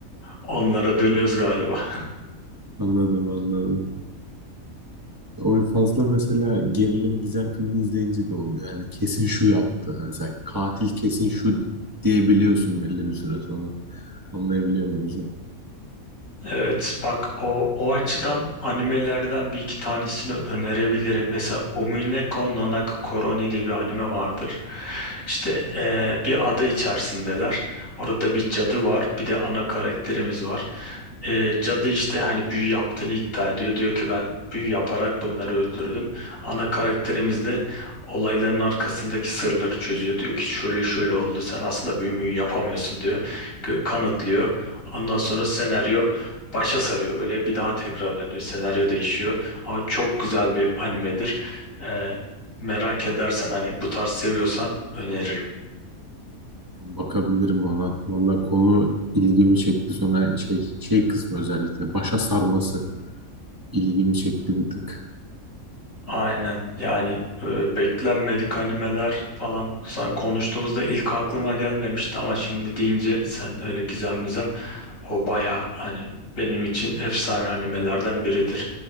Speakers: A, on the left; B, on the right.
A: Onlara dönüyoruz galiba. <laughs>
B: Anladım anladım. O fazla mesela gerilim gizem filmi izleyince de oluyor. Yani kesin şu yaptı. Mesela katil kesin şu diyebiliyorsun belli bir süre sonra. Anlayabiliyor muyuz?
A: Evet bak o o açıdan animelerden bir iki tanesini önerebilirim. Mesela Umineko no Koroni diye bir anime vardır. İşte eee, bir ada içerisindeler. Orada bir cadı var. Bir de ana karakterimiz var. Eee, cadı işte hani büyü yaptığını iddia ediyor. Diyor ki ben büyü yaparak bunları öldürdüm. Ana karakterimiz de olayların arkasındaki sırları çözüyor. Diyor ki şöyle şöyle oldu. Sen aslında büyü müyü yapamıyorsun diyor. Kanıtlıyor. Ondan sonra senaryo başa sarıyor böyle bir daha tekrarlanıyor senaryo değişiyor ama çok güzel bir animedir Ee, merak edersen hani bu tarz seviyorsan öneririm.
B: Bakabilirim ona. Valla konu ilgimi çekti sonra şey şey kısmı özellikle başa sarması ilgimi çekti bir tık.
A: Aynen yani e, beklenmedik animeler falan sen konuştuğumuzda ilk aklıma gelmemişti ama şimdi deyince sen öyle gizem mizem o baya hani benim için efsane animelerden biridir.